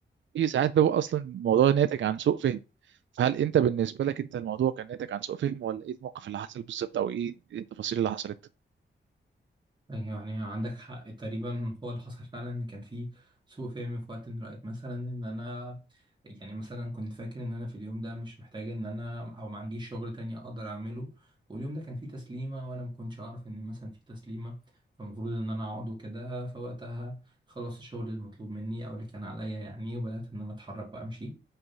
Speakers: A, on the right (about 75°); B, on the right (about 25°).
A: في ساعات بيبقى اصلا الموضوع ناتج عن سوء فهم فهل انت بالنسبه لك انت الموضوع كان ناتج عن سوء فهم ولا ايه الموقف اللي حصل بالظبط او ايه التفاصيل اللي حصلت
B: يعني عندك حق تقريبا هو اللي حصل فعلا ان كان في سوء فهم في وقت من الاوقات مثلا ان انا يعني مثلا كنت فاكر ان انا في اليوم ده مش محتاج ان انا او ما عنديش شغل تاني اقدر اعمله واليوم ده كان فيه تسليمه وانا ما كنتش اعرف ان مثلا في تسليمه فالمفروض ان انا اقعد وكده فوقتها خلصت الشغل المطلوب مني او اللي كان عليا يعني وبدات ان انا اتحرك وامشي